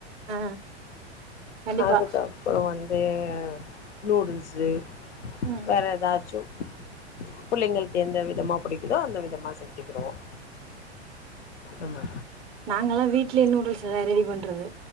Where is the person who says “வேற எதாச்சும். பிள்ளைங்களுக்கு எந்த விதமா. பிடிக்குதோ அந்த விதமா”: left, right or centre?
Left